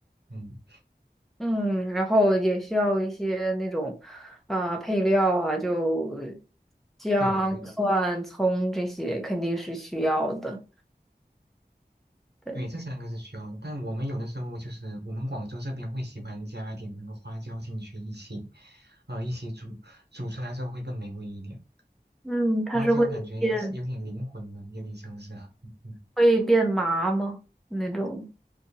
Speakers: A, on the right (about 80°); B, in the centre.
A: 嗯，
B: 嗯，然后也需要一些那种啊、配料啊，就姜、
A: 对的对的。
B: 蒜、葱这些肯定是需要的。对，
A: 对，这三个是需要的，但我们有的时候就是我们广州这边会喜欢加一点那个花椒进去一起，呃，一起煮，煮出来之后会更美味一点。
B: 嗯，它是会变
A: 花椒感觉是有点灵魂了，有点像是啊，嗯
B: 会变麻吗？那种。